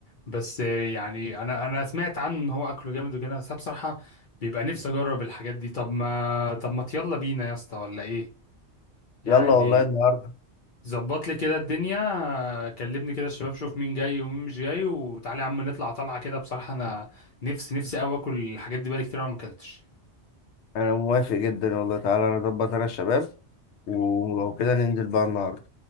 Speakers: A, on the left; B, on the left.
A: بس آه، يعني انا انا سمعت عنه ان هو اكله جامد وكده بس أنا بصراحة بيبقى نفسي اجرب الحاجات دي طب ما طب ما يلا بينا يا اسطى ولا ايه يعني
B: يلا والله النهارده
A: ظبط لي كده الدنيا آه، كلمني كده الشباب شوف مين جاي ومين مش جاي وتعالى يا عم نطلع طلعة كده بصراحة انا نفسي نفسي قوي اكل الحاجات دي بقالي كتير أوي ما اكلتش
B: انا موافق جدا والله تعالى انا اظبط انا الشباب ولو كده ننزل بقى النهارده